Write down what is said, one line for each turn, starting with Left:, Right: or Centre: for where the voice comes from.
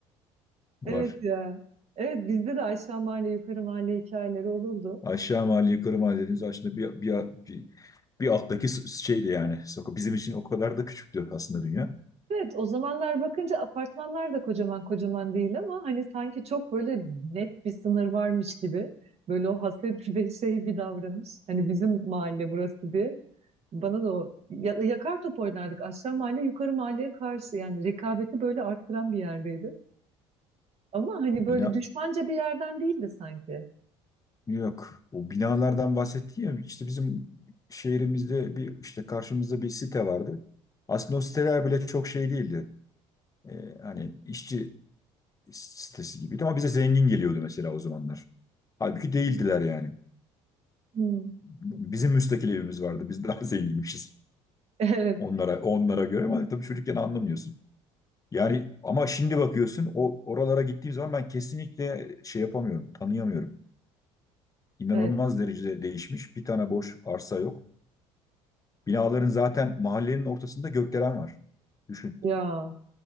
Left: var.
Right: Evet ya. Evet bizde de aşağı mahalle, yukarı mahalle hikayeleri olurdu.
Left: Aşağı mahalle, yukarı mahalle dediğimiz aslında bir, bir, bir, bir alttaki s- şeydi yani. Sokak bizim için o kadar da küçüktü aslında dünya.
Right: Evet, o zamanlar bakınca apartmanlar da kocaman kocaman değil ama hani sanki çok böyle net bir sınır varmış gibi. Böyle o hasretli bir şey bir davranış. Hani bizim mahalle burası diye. Bana da o ya- yakar top oynardık. Aşağı mahalle yukarı mahalleye karşı yani rekabeti böyle arttıran bir yerdeydi. Ama hani böyle
Left: Bina
Right: düşmanca bir yerden değildi sanki.
Left: Yok. O binalardan bahsetti ya işte bizim şehrimizde bir işte karşımızda bir site vardı. Aslında o siteler bile çok şey değildi. Ee, hani işçi sitesi gibiydi ama bize zengin geliyordu mesela o zamanlar. Halbuki değildiler yani.
Right: Hmm.
Left: Bizim müstakil evimiz vardı. Biz daha <laughs> zenginmişiz
Right: <laughs> Evet,
Left: onlara onlara göre ama tabii çocukken anlamıyorsun. Yani ama şimdi bakıyorsun o oralara gittiğim zaman ben kesinlikle şey yapamıyorum, tanıyamıyorum. İnanılmaz
Right: evet.
Left: derecede değişmiş. Bir tane boş arsa yok. Binaların zaten mahallenin ortasında gökdelen var. Düşün.
Right: Ya.